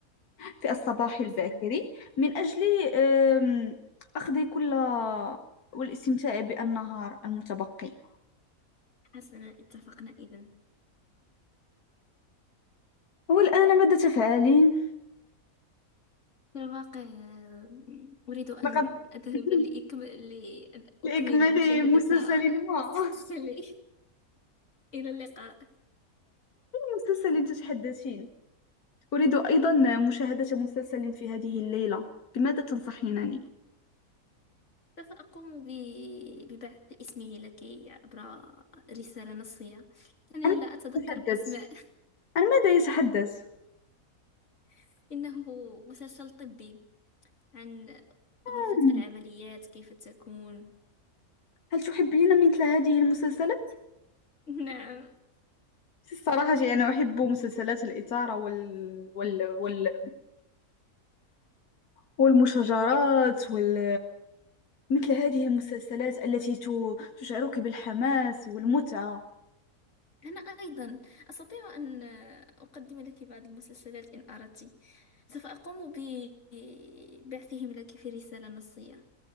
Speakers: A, on the left; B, on the left.
A: في الصباح الباكر
B: حسنا
A: من أجل آم، أخذ كل والاستمتاع بالنهار المتبقي
B: حسنا اتفقنا إذا
A: والآن ماذا تفعلين؟
B: في الواقع آه، أريد أن
A: لقد
B: أذهب
A: <laughs>
B: لأكم... لأن أكمل
A: لإكمال
B: مشاهدة
A: مسلسل
B: <laughs>
A: ما
B: مسلسلي
A: <laughs>
B: إلى اللقاء
A: مسلسل تتحدثين أريد أيضا مشاهدة مسلسل في هذه الليلة بماذا تنصحينني؟
B: سوف أقوم ب... ببعث اسمه لك عبر رسالة نصية أنني
A: عن ماذا
B: لا أتذكر
A: يتحدث؟
B: الأسماء
A: عن ماذا يتحدث؟
B: <laughs> إنه مسلسل طبي عن
A: آه.
B: غرفة العمليات كيف تكون
A: هل تحبين مثل هذه المسلسلات؟
B: <laughs> نعم
A: الصراحة جي أنا أحب مسلسلات الإثارة وال... وال... وال... والمشاجرات وال... مثل هذه المسلسلات التي ت... تشعرك بالحماس والمتعة
B: أنا أيضا أستطيع أن أقدم لك بعض المسلسلات إن أردت سوف أقوم ببعثهم لك في رسالة نصية